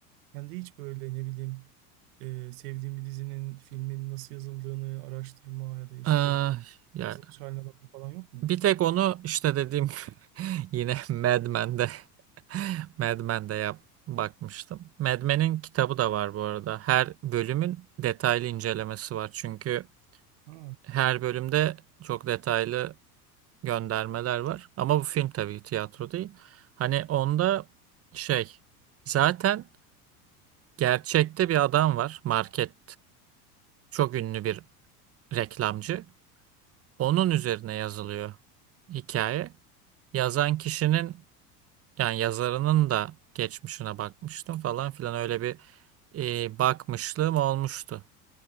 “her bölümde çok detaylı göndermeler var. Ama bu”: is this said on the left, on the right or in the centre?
Right